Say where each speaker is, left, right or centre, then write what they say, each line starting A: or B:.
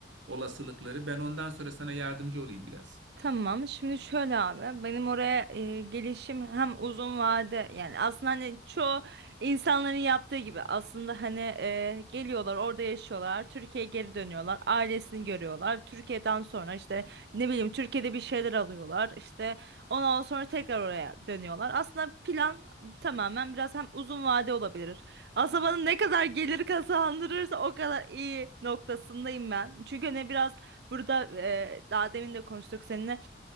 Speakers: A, on the right (about 85°); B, on the right (about 60°).
A: olasılıkları ben ondan sonra sana yardımcı olayım biraz.
B: Tamam. Şimdi şöyle abi benim oraya e, gelişim hem uzun vade yani aslında hani çoğu insanların yaptığı gibi aslında hani e, geliyorlar orada yaşıyorlar Türkiye'ye geri dönüyorlar ailesini görüyorlar Türkiye'den sonra işte ne bileyim Türkiye'de bir şeyler alıyorlar işte ondan sonra tekrar oraya dönüyorlar aslında plan tamamen biraz hem uzun vade olabilir aslında bana ne kadar gelir kazandırırsa o kadar iyi noktasındayım ben çünkü hani biraz Burada e, daha demin de konuştuk seninle.